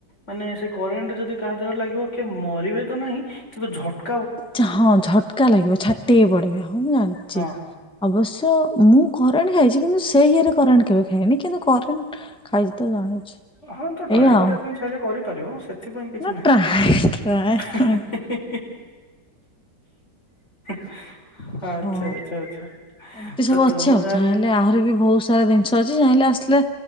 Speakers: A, on the left; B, in the centre.
A: ମାନେ ସେ କରେଣ୍ଟ୍ ଯଦି କାହା ଦେହରେ ଲାଗିବ କିଏ ମରିବେ ତ ନାହିଁ କିନ୍ତୁ ଝଟ୍
B: ଚା ହଁ ଝଟ୍କା ଲାଗିବ ଛାଟି ହେଇପଡ଼ିବେ ହଁ ମୁଁ ଜାଣିଛି।
A: ହଁ
B: ଅବଶ୍ୟ ମୁଁ କରେଣ୍ଟ୍ ଖାଇଛି କିନ୍ତୁ ସେଇ ଇଏରେ କରେଣ୍ଟ କେବେ ଖାଇନି କିନ୍ତୁ କରେଣ୍ଟ୍ ଖାଇଚି ତ ଜାଣିଛି।
A: ହଁ ତ ଟ୍ରାଏ
B: ଏଇ ଆଉ
A: କରିବା ପାଇଁ ଚାହିଁଲେ କରିପାରିବ ସେଥିପାଇଁ କିଛି
B: ନା
A: ନାହିଁ।
B: ଟ୍ରାଏ ଟ୍ରାଏ ନୁହେଁ
A: <unintelligible>
B: ହଁ
A: ଆଚ୍ଛା ଆଚ୍ଛା ଆଚ୍ଛା
B: ଏମିତି ସବୁ
A: ତ
B: ଅଛି
A: ତୁମ
B: ଆଉ
A: ଗାଁରେ
B: ଚାହିଁଲେ ଆହୁରି ବି ବୋହୁତ ସାରା ଜିନିଷ ଅଛି ଚାହିଁଲେ ଆସିଲେ